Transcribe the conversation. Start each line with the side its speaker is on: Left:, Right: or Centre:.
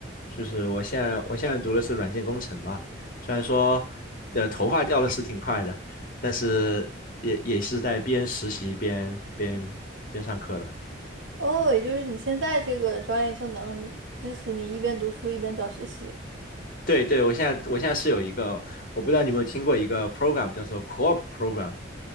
Left: 就是我现在我现在读的是软件工程嘛。虽然说呃头发掉的是挺快的，但是也也是在边实习边边边上课了。
Right: 哦，也就是你现在这个专业就能支持你一边读书一边找实习？
Left: 对对，我现在我现在是有一个，我不知道你有没有听过一个 program 叫做 co-op program，